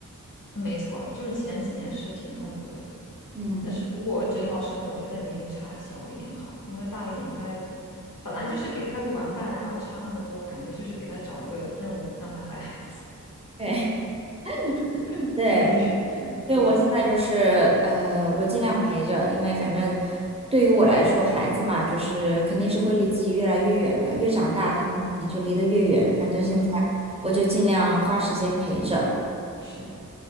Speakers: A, on the left; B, on the right.
A: 没错，就是前几年是挺痛苦的。
B: 嗯，
A: 但是如果真要生，我觉得年龄差小一点好，因为大一点他本来就是给他个玩伴，然后差那么多，感觉就是给他找了个任务让他带孩子，
B: 对 <laughs>
A: <laughs>
B: 对。
A: 所以
B: 对，
A: 对，
B: 我现在就是呃，我尽量陪着，因为反正对于我来说，孩子嘛，就是肯定是会离自己越来越远的，越长大，
A: 是，
B: 他们肯定就离得越远。反正现在
A: 嗯哼，
B: 我就尽量花时间陪着，
A: 是